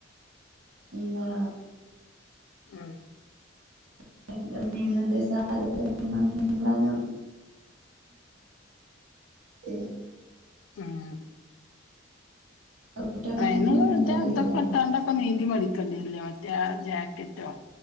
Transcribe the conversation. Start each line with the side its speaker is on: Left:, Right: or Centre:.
Right: എന്താ
Left: ആഹ്
Right: <unintelligible> നീന്താനും ഇപ്പത്തെ
Left: ആഹ്
Right: കുട്ടികൾക്കൊന്നും
Left: അയ്ന്ള്ളെ
Right: നീന്താൻ
Left: മറ്റേ
Right: അറിയില്ലല്ലോ
Left: തൊക്കെട്ടാണ്ടൊക്കെ നീന്തി പഠിക്കെണ്ട്യെരുലേ മറ്റേ ജാക്കറ്റോ